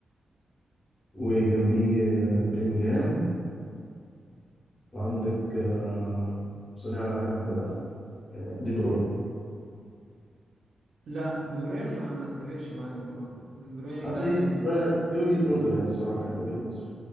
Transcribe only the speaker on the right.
لا دي بروين ما ما اتفقش معاك دلوقتي دي بروين
ده
مات دلوقتي